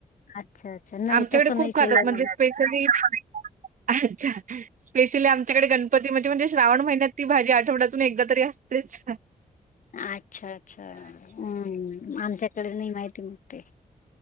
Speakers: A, on the left; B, on the right.
A: अच्छा अच्छा नाय
B: आमच्याकडे
A: तसं
B: खूप
A: नाय
B: खातात
A: केलंय
B: म्हणजे
A: मग
B: स्पेशली अच्छा स्पेशली आमच्याकडे गणपती म्हणजे म्हणजे श्रावण महिन्यात ती भाजी आठवड्यातून एकदा तरी असतेच.
A: अच्छा अच्छा हम् आमच्याकडे नाही माहिती मग ते